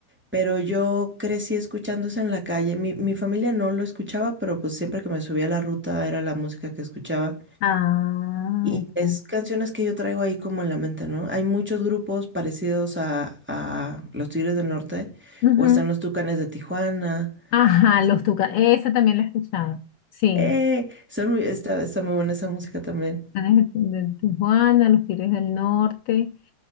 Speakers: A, in the centre; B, on the left (about 80°).
A: pero yo crecí escuchándose en la calle. Mi, mi familia no lo escuchaba, pero pues siempre que me subía a la ruta era la música que escuchaba.
B: Ah,
A: Y es
B: ok.
A: canciones que yo traigo ahí como en la mente, ¿no? Hay muchos grupos parecidos a, a Los Tigres del Norte,
B: Ujú.
A: o están los Tucanes de Tijuana.
B: Ajá,
A: Es-
B: Los Tucanes. Esa también la he escuchado. Sí.
A: ¡Eh! Son muy- está, está muy buena esa música también.
B: Tucanes De de Tijuana, Los Tigres del Norte.